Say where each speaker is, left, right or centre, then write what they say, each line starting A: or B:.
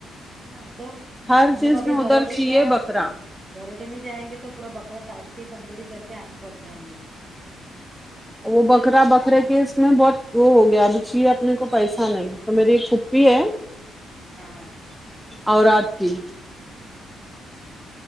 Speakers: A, on the right; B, in the centre.
A: ہاں تو
B: ہر
A: ہم
B: چیز
A: لوگ ابھی
B: میں ادھر
A: گھروٹی
B: چاہیے
A: کا
B: بکرا
A: گھروٹے میں جائیں گے تو پورا بکرا کاٹ کے کندوری کر کے آنا پڑتا ہے ہم لوگ کو
B: وہ بکرا
A: وہاں
B: بکرے
A: پہ
B: کے اس میں بہت وہ ہو گیا ابھی چاہیے اپنے کو پیسہ نہیں تو میری ایک پھوپی ہے
A: ہاں
B: اورات کی
A: اچھا